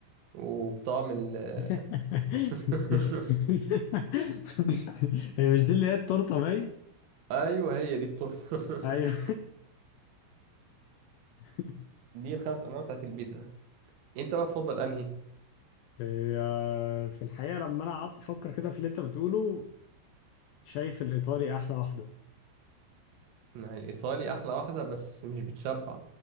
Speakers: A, on the right (about 80°); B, on the left (about 80°).
A: وبطعم ال
B: <laughs>
A: <laughs>
B: هي مش دي اللي هي التورته باين
A: أيوه هي دي التورتة
B: ايوه
A: <laughs>
B: <laughs>
A: دي الخمس أنواع بتاعت البيتزا أنت بقى تفضل أنهي؟
B: هي في الحقيقة لما أنا قعدت أفكر كده في اللي أنت بتقوله شايف الإيطالي أحلى واحدة
A: ما هي الإيطالي أحلى واحدة بس مش بتشبع